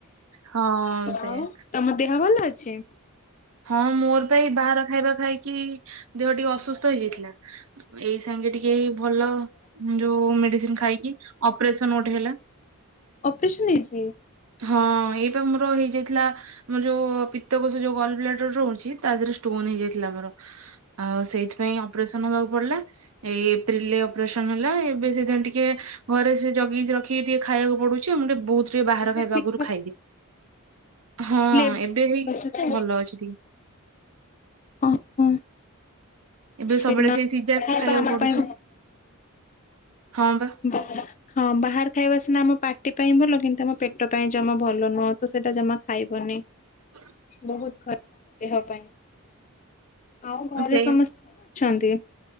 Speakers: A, on the right; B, on the left.
A: ହଁ ସେଇଆ
B: ଆଉ ତମ ଦେହ ଭଲ ଅଛି?
A: ହଁ ମୋର ପା ବାହାର ଖାଇବା ଖାଇକି ଦେହ ଟିକେ ଅସୁସ୍ଥ ହେଇଯାଇଥିଲା। ଏଇ ସାଙ୍ଗେ ଟିକେ ଏଇ ଭଲ। ଯୋଉ ମେଡିସିନ ଖାଇକି ଅପରେସନ ଗୋଟେ ହେଲା।
B: ଅଫିସି ନେଇଚି।
A: ହଁ ଏଇପା ମୋର ହେଇ ଯାଇଥିଲା। ଏ ଯୋଉ ପିତ୍ତକୋଷ ଯୋଉ ଗଲ ବ୍ଲାଡର ରହୁଛି ତା ଦେହରେ ଷ୍ଟୋନ ହେଇଯାଇଥିଲା ତାର। ଆ ସେଇଥିପାଇ ଅପରେସନ ହବାକୁ ପଡିଲା। ଏଇ ଏପ୍ରିଲ ରେ ଅପରେସନ ହେଲା ଏବେ ସେଥି ପାଇଁ ଟିକେ ଘରେ ସେ ଜଗିକି ଜଖି କି ଟିକେ ଖାଇବାକୁ ପଡୁଛି ଆଉ। ମୁଁ ଟିକେ ବହୁତୁ ଟିକେ ବାହାର
B: ଏବେ
A: ଖାଇବା
B: ଠିକ
A: ଆଗରୁ ଖାଇଦିଏ। ହଁ
B: ପ୍ଲେମେ।
A: ଏବେ ହେଇ ଭଲ ଅଛି ଟିକେ
B: ଓହୋ।
A: ଏବେ
B: ସେ
A: ସବୁବେଳେ
B: ନ
A: ସେଇ ସିଜା
B: ଖାଇବା
A: ଖାଇବାକୁ
B: ଆମ
A: ପଡୁଛି।
B: ପାଇଁ
A: ହଁ ବା।
B: ହ ହଁ ବାହାର ଖାଇବା ସିନା ଆମ ପାଟି ପାଇଁ ଭଲ। କିନ୍ତୁ ଆମ ପେଟ ପାଇଁ ଜମା ଭଲ ନୁହଁ ତୁ ସେଇଟା ଜମା ଖାଇବନି।
A: ହ
B: ବହୁତୁ ଖରାପ ଦେହ ପାଇଁ। ଆଉ ଘରେ
A: ସେଇ
B: ସମସ୍ତେ ଅଛନ୍ତି।